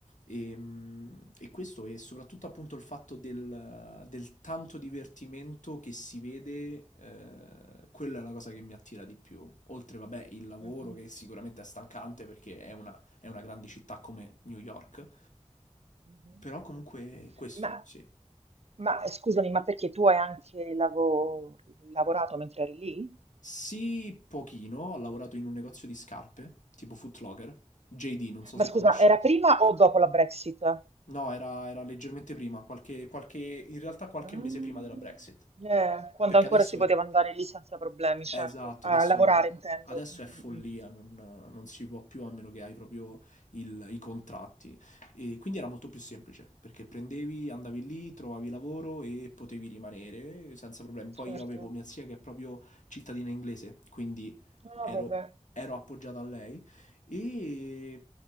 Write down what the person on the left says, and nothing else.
E, mm, e questo è soprattutto appunto il fatto del, del tanto divertimento che si vede, eh, quella è la cosa che mi attira di più. Oltre, vabbè, il lavoro
che sicuramente è stancante perché è una, è una grande città come New York,
però comunque questo,
sì.
Sì, pochino, ho lavorato in un negozio di scarpe, tipo Foot Locker, JD, non so
se
conosci.
No, era, era leggermente prima, qualche, qualche, in realtà qualche
mese prima della Brexit,
perché
adesso
è...
Esatto,
adesso,
adesso
è follia,
non, non si può più a meno che hai proprio il- i contratti. E quindi era molto più semplice, perché prendevi, andavi lì, trovavi lavoro e potevi rimanere senza problemi. Poi
io avevo mia zia che è proprio cittadina inglese, quindi
ero,
ero appoggiato a lei e,